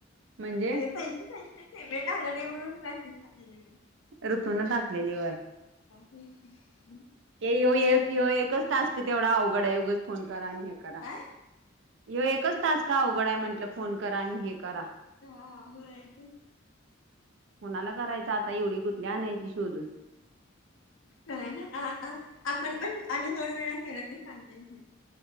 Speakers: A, on the right; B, on the left.
A: म्हणजे
B: अरे पैसे पैसे पेमेट आला नाही म्हणून मेसेज टाकलेली
A: ऋतूनून टाकलेली होय
B: हम्
A: ते येऊ ये एकच टास्क अवघड आहे उगाच फोनच करा हे करा
B: काय
A: ये एकच तास का अवघड आहे म्हटलं फोन करा आणि हे करा.
B: हा होय
A: कोणाला करायचं आता एवढी कुठली आणायची शोधून
B: काय ना आपण पण आणि दोन वेळा केला तर चालतय